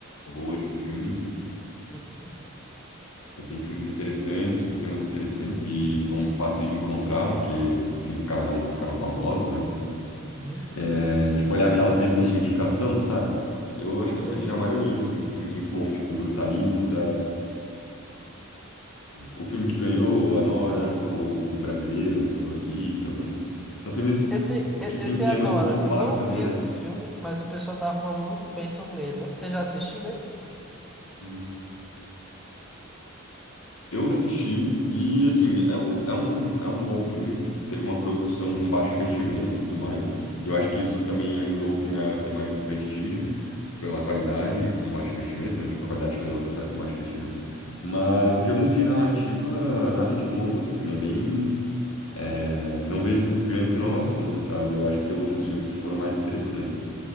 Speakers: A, on the left; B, in the centre.
A: boa de filmes.
B: Uhum,
A: É, tem filmes interessantes, com temas interessantes e são fáceis de encontrar, porque, enfim, ficaram mais, ficaram famosos, né?
B: uhum.
A: É, tipo, olhar aquelas listas de indicação, sabe? Eu acho que eu assisti
B: Sei.
A: a maioria, assim, tem filmes muito bons, tipo Brutalista, O filme que ganhou, A Nora, ou O Brasileiro, Ainda Estou Aqui também. São filmes
B: Esse,
A: o
B: e-
A: que tem
B: esse
A: tema,
B: é a Nora.
A: o Conclave
B: Eu não
A: também,
B: vi esse
A: né?
B: filme, mas o pessoal tava falando muito bem sobre ele, né? Você já assistiu esse?
A: Uhum. Eu assisti e, assim, é um, é um, é um bom filme. Tipo, teve uma produção com baixo investimento e tudo mais.
B: Uhum.
A: E eu acho que isso também ajudou o filme a ter mais prestígio pela qualidade com baixo investimento, né? Tipo, a qualidade que eles alcançaram com baixo investimento. Mas em termos de narrativa, nada de novo, assim. É bem. É, não vejo grandes inovações, sabe? Eu acho que tem outros filmes que foram mais interessantes.